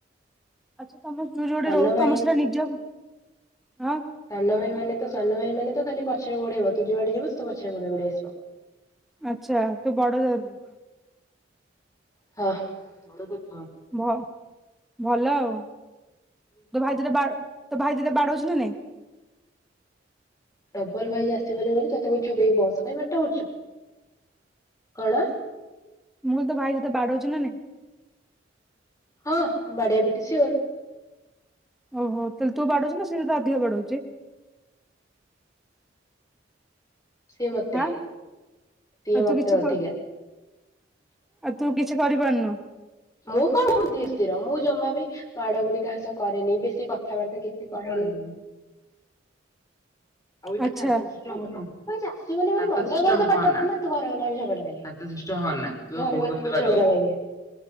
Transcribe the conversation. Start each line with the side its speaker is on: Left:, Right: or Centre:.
Centre: ଆଚ୍ଛା ତମ ଯୋଉ ଯୋଉଠି
Left: ସାନ
Centre: ରହୁଛୁ
Left: ଭାଇ
Centre: ତମ ସେଟା ନିଜ ହଁ।
Left: ସାନ ଭାଇ ମାନେ ତ ସାନ ଭାଇ ମାନେ ତ ଖାଲି ପଛରେ ଗୋଡେଇବ ତୁ ଯୁଆଡେ ଯିବୁ ସିଏ ତୋ ପଛରେ ଗୋଡେଇ ଗୋଡେଇ ଆସିବ।
Centre: ଆଚ୍ଛା ତୁ ବଡ ତାହେଲେ।
Left: ହଁ।
Centre: ଭ ଭଲ ଆଉ। ତୋ ଭାଇ ତୋତେ ବା ତୋ ଭାଇ ତତେ ବାଡୋଉଛି ନା ନାଇଁ।
Left: ଡବଲ ଭାଇ ଆସିଗଲେ ବୋଲି ତତେ କୋହୁଚି ଚୁପ ହେଇକି ବସ କାଇଁ ପାଟି ଟା କରୁଛୁ। କଣ?
Centre: ମୁଁ କହିଲି ତୋ ଭାଇ ତତେ ବାଡୋଉଚି ନା ନାହିଁ।
Left: ହଁ ବାଡ଼ିଆ ପିଟା ଶିଓର।
Centre: ଓଃ ହୋ ତାହେଲେ ତୁ ବାଡୋଉଛୁ ନା ସିଏ ତତେ ଅଧିକ ବାଡୋଉଚି।
Left: ସିଏ ମତେ
Centre: ଆଁ
Left: ସିଏ
Centre: ଆଉ
Left: ମତେ
Centre: ତୁ କିଛି
Left: ଅଧିକା।
Centre: କ ଆଉ ତୁ କିଛି କରିପାରୁନୁ?
Left: ମୁଁ କଣ ବୋହୁତ ଧୀର ସ୍ତିର ମୁଁ ଜମା ବିି ମାଡ ଗୁଡି କାହା ସହ କରେନି ବେଶୀ କଥାବାର୍ତ୍ତା କିଛି କରେନି। ଆଉ ଏତେ
Centre: ଆଚ୍ଛା
Left: ଶାନ୍ତ ଶିଷ୍ଟ। <unintelligible> <unintelligible>